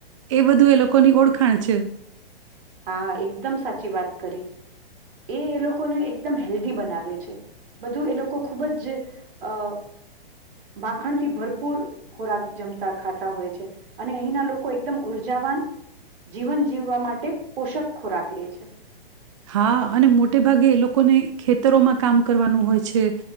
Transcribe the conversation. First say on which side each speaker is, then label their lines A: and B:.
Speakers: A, on the right; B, on the right.
A: એ બધું એ લોકોની ઓળખાણ છે.
B: હા એકદમ સાચી વાત કરી, એ એ લોકોને એકદમ હેલ્ધી બનાવે છે, બધું એ લોકો ખૂબ જ અ માખણથી ભરપૂર ખોરાક જમતા ખાતા હોય છે, અને અહીંના લોકો એકદમ ઉઊર્જાવાન જીવન જીવવા માટે પોષક ખોરાક લે છે.
A: હા અને મોટે ભાગે એ લોકોને ખેતરોમાં કામ કરવાનું હોય છે,